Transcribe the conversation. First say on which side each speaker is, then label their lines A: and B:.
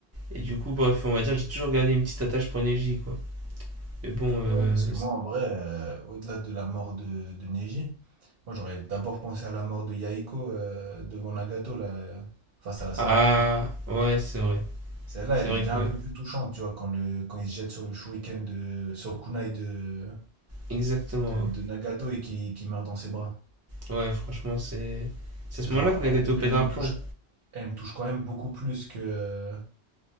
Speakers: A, on the right; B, on the right.
A: Et du coup, bref, on va dire, j'ai toujours gardé une petite attache pour Neji, quoi. Mais bon, euh,
B: Ouais, parce que moi, en vrai, euh, au-delà de la mort de, de Neji, moi, j'aurais d'abord pensé à la mort de Yaiko euh, devant Nagato, là, euh, face à la salamandre.
A: ah ouais, c'est vrai,
B: Celle-là,
A: c'est
B: elle
A: vrai
B: est déjà
A: que ouais,
B: un peu plus touchante, tu vois, quand, le, quand il se jette sur le shuriken de, sur le kunai de,
A: exactement
B: de,
A: ouais.
B: de Nagato et qui, qui meurt dans ses bras.
A: Ouais, franchement, c'est c'est à ce
B: Genre,
A: moment-là que Nagato
B: elle,
A: pète
B: elle
A: un
B: me
A: plomb.
B: touche, elle me touche quand même beaucoup plus que,